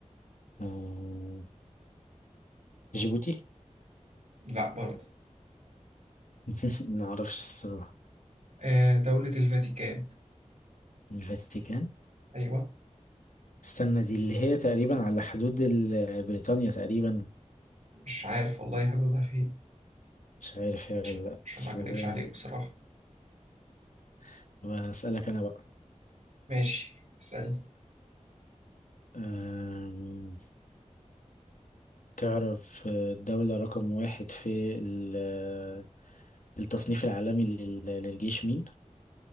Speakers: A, on the left; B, on the right.
A: آه، جيبوتي
B: لا برضه
A: <laughs> معرفش الصراحة
B: آه دولة الفاتيكان
A: الفاتيكان
B: أيوة
A: استنى دي اللي هي تقريبا على حدود ال- بريطانيا تقريبا
B: مش عارف والله حدودها فين
A: مش عارف هي ولا
B: عشان
A: لأ
B: عشان
A: بس
B: ما أكدبش
A: لو هي
B: عليك بصراحة
A: أيوة بسألك أنا بقى
B: ماشي اسألني
A: آم، تعرف آه، الدولة رقم واحد في ال- آه، التصنيف العالمي لل- للجيش مين؟